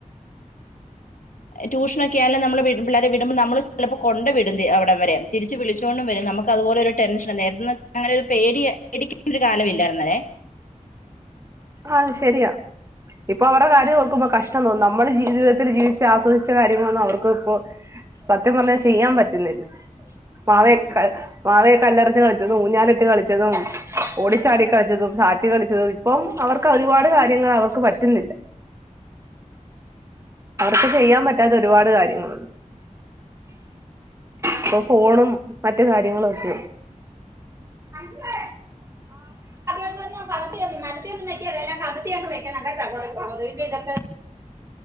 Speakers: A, on the left (about 80°); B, on the right (about 20°).
A: ട്യൂഷനൊക്കെയല്ലെ നമ്മള് വിടു പിള്ളേരെ വിടുമ്പം നമ്മള് ചെലപ്പോ കൊണ്ട് വിടും അവിടംവരെ തിരിച്ച് വിളിച്ചോണ്ടും വരും നമുക്കതുപോലെ ഒരു ടെൻഷന് നേരന്ന് അങ്ങനെ പേടി പേടിക്കണ്ടേ ഒരു കാലവില്ലാരുന്നല്ലേ
B: ആത്ശരിയാ ഇപ്പ അവരുടെ കാര്യം ഓർക്കുമ്പോ കഷ്ടം തോന്നും നമ്മള് ജീവിതത്തില് ജീവിച്ചആസ്വദിച്ച കാര്യങ്ങളൊന്നും അവർക്ക് ഇപ്പോ സത്യം പറഞ്ഞാൽ ചെയ്യാൻ പറ്റില്ലേ മാവേക്കേ മാവെ കല്ലെറിഞ്ഞ് കളിച്ചതും ഊഞ്ഞാലെട്ടി കളിച്ചതും ഓടിച്ചാടി കളിച്ചതും സാറ്റ് കളിച്ചതും ഇപ്പം അവർക്ക് ഒരുപാട് കാര്യങ്ങള് അവർക്ക് പറ്റുന്നില്ല അവർക്ക് ചെയ്യാൻ പറ്റാത്ത ഒരുപാട് കാര്യങ്ങള് ഇപ്പം ഫോണും മറ്റ് കാര്യങ്ങളും ഒക്കെ അഞ്ജുവെ <unintelligible> ആഹ് കമത്തിയങ്ങ് മലത്തിയൊന്നും വെക്കല്ലേ എല്ലാം കമത്തിയങ്ങ് വെക്കണം കേട്ടോ <unintelligible>